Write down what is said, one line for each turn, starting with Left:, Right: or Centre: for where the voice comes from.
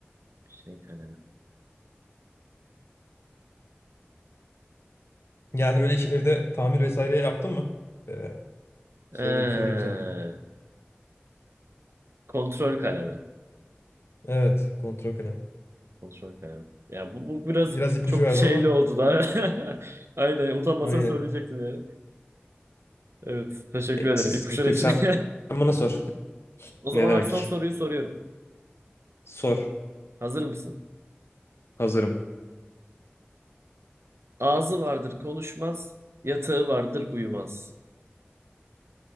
Right: Bir şey kalemi.
Left: Yani böyle hiç evde tamir vesaire yaptın mı? Ee, söyle
Right: Ee,
Left: sorayım sana.
Right: kontrol kalemi.
Left: Evet. Kontrol kalemi.
Right: Kontrol kalemi. Ya bu, bu biraz
Left: Biraz ipucu
Right: çok
Left: verdim
Right: şeyli
Left: ama.
Right: oldu da. <laughs> Aynen utanmasan
Left: Aynen.
Right: söyleyecektin yani. Evet teşekkür
Left: Neyse
Right: ederim
Left: sıkıntı
Right: ipuçları
Left: yok.
Right: için.
Left: Sen
Right: <laughs>
Left: sen bana sor.
Right: O zaman
Left: Ne demek?
Right: abi son soruyu soruyorum.
Left: Sor.
Right: Hazır mısın?
Left: Hazırım.
Right: Ağzı vardır konuşmaz, yatağı vardır uyumaz.